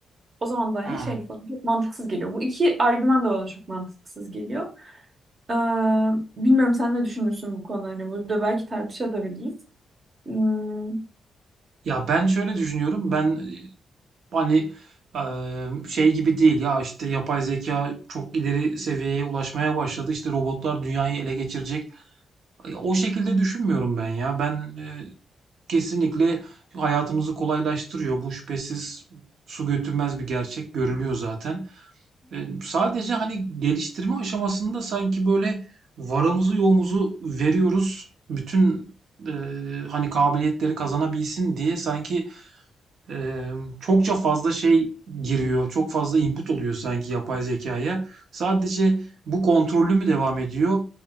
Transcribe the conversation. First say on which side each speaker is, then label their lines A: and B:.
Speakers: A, on the right; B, on the right.
A: O zaman da hani
B: hı.
A: şey falan çok mantıksız geliyor. Bu iki argüman da bana çok mantıksız geliyor. Ee, bilmiyorum sen ne düşünürsün bu konuda Hani burada belki tartışabiliriz. Hmm.
B: Ya ben şöyle düşünüyorum. Ben e, hani e, şey gibi değil ya işte yapay zeka çok ileri seviyeye ulaşmaya başladı. İşte robotlar dünyayı ele geçirecek. E, O şekilde düşünmüyorum ben ya. Ben Kesinlikle hayatımızı kolaylaştırıyor. Bu şüphesiz su götürmez bir gerçek. Görülüyor zaten. Eee, sadece, hani, geliştirme aşamasında sanki, böyle, varımızı yoğumuzu veriyoruz. Bütün, eee, hani, kabiliyetleri kazanabilsin diye sanki Eee, çokça fazla şey giriyor, çok fazla input oluyor sanki yapay zekaya. Sadece bu kontrollü mü devam ediyor?